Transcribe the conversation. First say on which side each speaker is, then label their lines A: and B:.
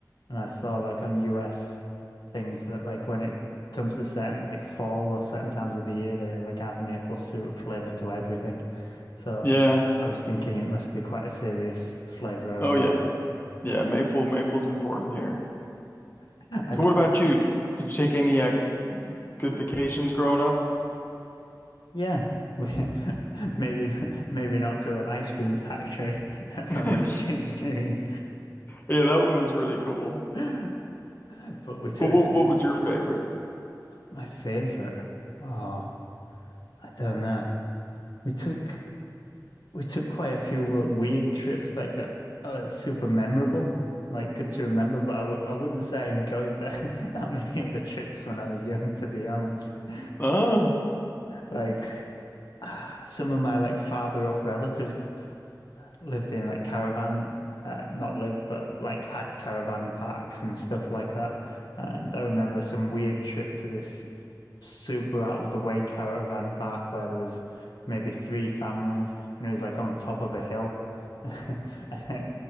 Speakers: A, on the left; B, on the left.
A: And I saw like on US things that like when it comes to certain like fall or certain times of the year, they like add maple syrup flavor to everything. So
B: Yeah.
A: I was thinking it must be quite a serious flavor over
B: Oh
A: there.
B: yeah. Yeah. Maple maple's important here.
A: <laughs> I'd,
B: So
A: l-
B: what about you? Did you take any uh, good vacations growing up?
A: yeah, <laughs> maybe maybe not to an ice cream factory. <laughs> That sounds
B: <laughs>
A: like a kid's dream.
B: Yeah, that one was really cool.
A: <laughs> But we took
B: But what what was your favorite?
A: my favorite. Oh, I don't know. We took. we took quite a few like, weird trips like that are super memorable, like good to remember. But I w I wouldn't say I enjoyed the, <laughs> that many of the trips when I was young, to be honest. <laughs>
B: Oh,
A: Like, ah, some of my like father off relatives lived in like caravan, uh, not lived, but like had caravan parks and stuff like that. And I remember some weird trip to this super out of the way caravan park where there was maybe three families and it was like on top of a hill. <laughs>